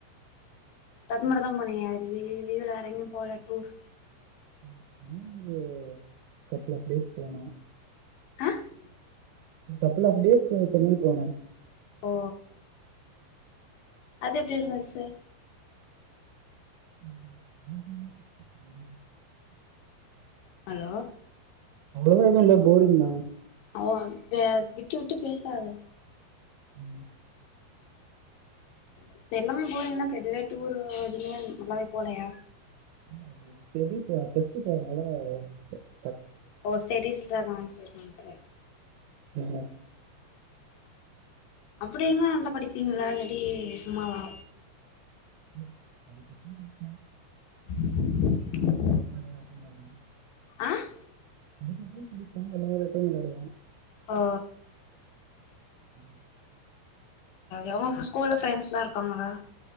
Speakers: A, on the left; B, on the right.
A: அது மட்டு தா போனியா லிவ் லீவுல வேர எங்கயு போலயா டூர்
B: <unintelligible> கபல் ஆஃப் பிளேஸ் போனோ
A: அஹ்
B: கபல் ஆஃப் டேஸ்ஸு சென்னை போனோ
A: ஓ அது எப்டி இருந்தது சார்
B: ம் <inaudible>
A: ஹலோ
B: அவளோ எதுவு இல்ல போரிங் தா
A: ஆவ வே விட்டு விட்டு பேசாத
B: ம்
A: இப்ப எல்லாமே போறீங்க்ன்னா இப்ப எதுவே டூர் <unintelligible> நல்லாவே போலயா
B: இல்ல அது பெரியப்பா டெஸ்டுப்போனனால ப
A: அ ஸ்டேடிஸ்ல தா <unintelligible>
B: இல்ல
A: அப்டினா நல்லா படிப்பீங்கல்லா இல்லாட்டி சும்மாறா
B: <inaudible>
A: <inaudible>
B: வரதா சொன்னாருங்க
A: ஆஹ்
B: படிக்கவச்சால் படிப்போ வெளையாடவிட்டா விளாடுவோ
A: ஓ
B: உம்
A: எதோ ஒங்க ஸ்கூல்ல ஃப்ரெண்டஸ்லா இருக்காங்களா